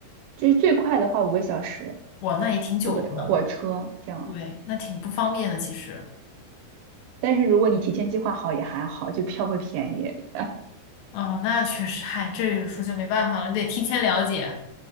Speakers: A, on the right (about 75°); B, on the left (about 80°).
A: 就是最快的话五个小时，
B: 哇，那也挺久的呢。
A: 我个火车这样。
B: 对，那挺不方便的，其实。
A: 但是如果你提前计划好也还好，就票会便宜。
B: 哦，那确实，嗨，这有时候就没办法了，你得提前了解。